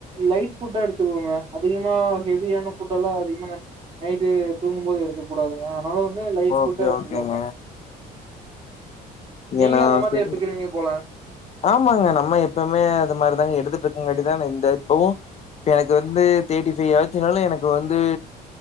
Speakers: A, on the right; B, on the left.
A: லைட் ஃபுட் அ எடு த்துக்கோங்க அதிகமா ஹெவியான ஃபுட் எல்லா அதிகமா நைட்டு தூங்கும்போது எடுத்துக்க கூடாதுங்க னால வந்து லைட்
B: ஓகே
A: ஃபுட்டா எடுத்துக்கோங்க
B: ஓகேங்க
A: நீங்களு
B: ஏன்னா
A: அந்த மாரி
B: செரி
A: எடுத்துக்கிறுவீங்க போல
B: ஆமாங்க நம்ம எப்பமே அது மாரிதாங்க எடுத்துட்டு இருக்கங்காட்டிதான இந்த இப்பவு இப்ப எனக்கு வந்து தேர்ட்டி ஃபைவ் ஆச்சுனாலு எனக்கு வந்து